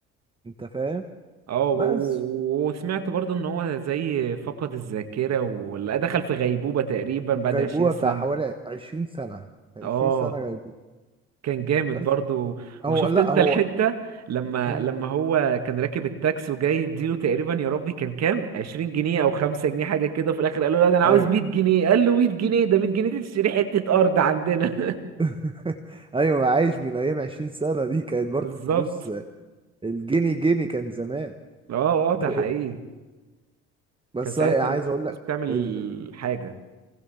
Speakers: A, on the right; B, on the right.
A: انت فاهم
B: اه و-
A: بس
B: و- وسمعت برضو ان هو زي فقد الذاكرة ولا دخل في غيبوبة تقريبا بعد
A: غيبوبة
B: عشرين سنة
A: بتاع حوالي عشرين سنة عشرين
B: اه
A: سنة غيبوبة
B: كان جامد
A: بس
B: برضو وشفت
A: هو لا
B: انت
A: هو
B: الحتة لما
A: مم.
B: لما هو كان راكب التاكس وجاي يديله تقريبا يا ربي كان كام عشرين جنيه او خمسة جنيه حاجة كده في الاخر قال له لا ده انا عاوز
A: ايوه
B: مية جنيه قال له مية جنيه ده مية جنيه دي تشتري حتة ارض عندنا
A: <laughs> ايوه عايش من ايام عشرين سنة دي كانت
B: <laughs>
A: برضو
B: بالظبط
A: الفلوس الجنيه جنيه كان زمان
B: اه اه ده
A: طب
B: حقيقي
A: إيه- اه بس
B: كان ساعتها
A: أنا عايز
B: الفلوس
A: اقول لك
B: بتعمل
A: ال...
B: حاجة